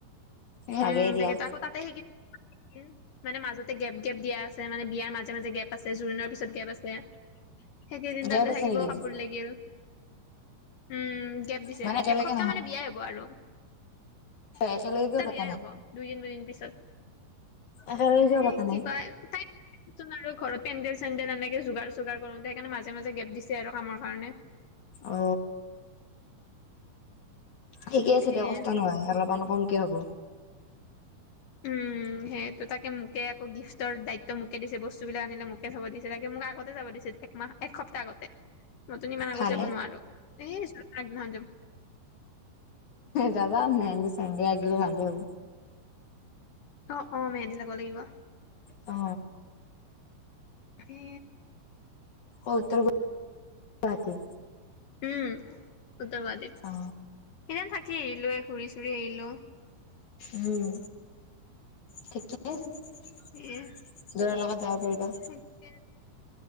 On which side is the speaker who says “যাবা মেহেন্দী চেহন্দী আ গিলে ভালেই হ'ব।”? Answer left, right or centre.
Left